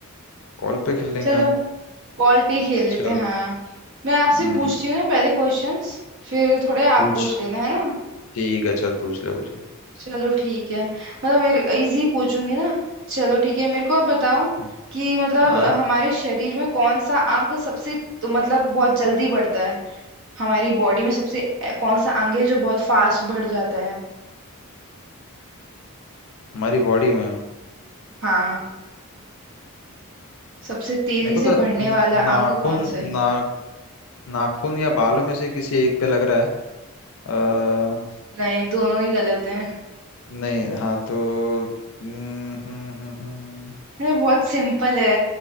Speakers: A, on the left (about 65°); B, on the right (about 55°).
A: कॉल पे खेल लेंगे
B: चलो
A: हम
B: कॉल पे ही खेल
A: चल
B: लेते हैं हाँ मैं आपसे
A: हम्म
B: पूछती हूँ ना पहले क्वेश्चंस फिर थोड़े आप
A: पूछ
B: पूछ लेना है ना
A: ठीक है चल पूछ ले पूछ ले
B: चलो ठीक है मतलब मेरे इजी पूछूंगी ना चलो ठीक है मेरे को आप बताओ
A: हम्म,
B: कि मतलब
A: हाँ
B: हमारे शरीर में कौन सा अंग सबसे तो मतलब बहुत जल्दी बढ़ता है हमारी बॉडी में सबसे ए- कौन सा अंग है जो बहुत फास्ट बढ़ जाता है
A: हमारी बॉडी में
B: हाँ सबसे तेजी
A: मेरे
B: से
A: को तो
B: बढ़ने
A: न-
B: वाला
A: नाखून
B: अंग कौन सा है
A: ना नाखून या बालों में से किसी एक पे लग रहा है अ,
B: नहीं दोनों ही गलत हैं
A: नहीं हाँ तो हम्म, हम्म, हम्म, हम्म,
B: अरे बहुत सिंपल है